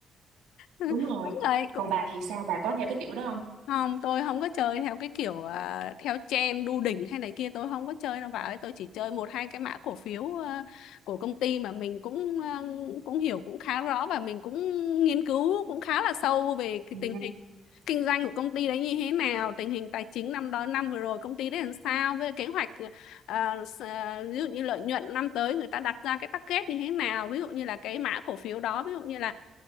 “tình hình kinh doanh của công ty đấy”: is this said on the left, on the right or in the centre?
Left